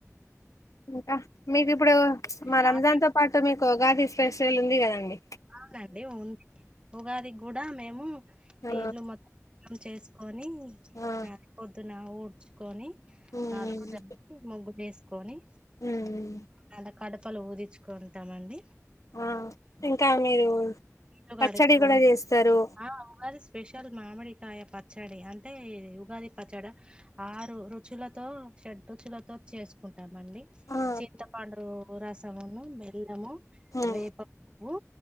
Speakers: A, on the left; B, on the right.
A: ఇంకా మీకిప్పుడు మా
B: షాపింగ్
A: రంజాన్తో పాటు మీకు ఉగాది ఫెస్టివల్ ఉంది కదండి
B: అవునండి ఉంది. ఉగాది గుడా మేము
A: ఆ
B: ఇళ్లు మొత్తం చేస్కొ నీ
A: ఆ
B: నా పొద్దున ఊడ్చుకోని
A: ఉమ్
B: నాలుగు జత ముగ్గులు వేసుకొని.
A: ఉమ్
B: ఆడ కడపలు పూదిచుకుంటామండి.
A: ఆ ఇంకా మీరు.
B: ఇల్లు
A: పచ్చడి
B: కడుక్కొని,
A: కూడా చేస్తారు
B: ఆ ఉగాది స్పెషల్. కల్ మామిడికాయ పచ్చడి అంటే ఉగాది పచ్చడి, ఆరు రుచులతో. రుచులతో చేసుకుంటాం అండి
A: ఆ
B: చింతపండు రసం. బెల్లము,
A: ఉమ్
B: వేపపువ్వు,